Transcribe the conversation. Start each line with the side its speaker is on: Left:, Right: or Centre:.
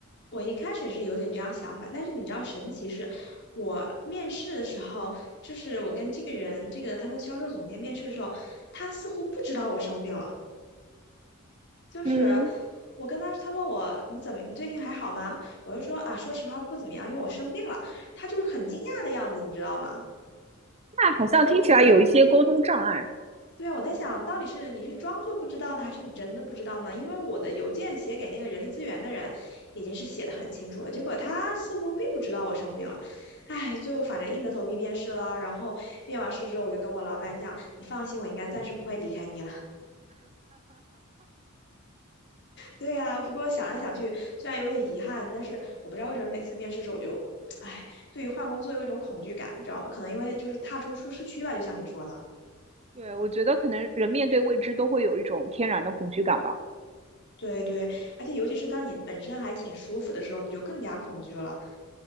Left: 我一开始也是有点这样想法，但是你知道神奇是。我面试的时候，就是我跟这个人，这个他们销售总监面试的时候，他似乎不知道我生病了。就是
Right: 嗯，
Left: 我跟他，他问我你怎么，你最近还好吗？我就说啊，说实话不怎么样，因为我生病了。他就是很惊讶的样子，你知道吗？
Right: 那好像听起来有一些沟通障碍。
Left: 就对啊，我在想到底是你是装作不知道呢，还是你真的不知道呢？因为我的邮件写给那个人力资源的人已经是写的很清楚了，结果他似乎并不知道我生病了。唉，最后反正硬着头皮面试了，然后面完试之后，我就跟我老板讲，你放心，我应该暂时不会离开你了。对呀，不过想来想去，虽然有点遗憾，但是我不知道为什么每次面试的时候我就，<tsk> 哎，对于换工作有一种恐惧感，你知道吗？可能因为就是踏出舒适区吧，就像你说的，
Right: 对，我觉得可能人面对未知都会有一种天然的恐惧感吧。
Left: 对对，而且尤其是当你本身还挺舒服的时候，你就更加恐惧了。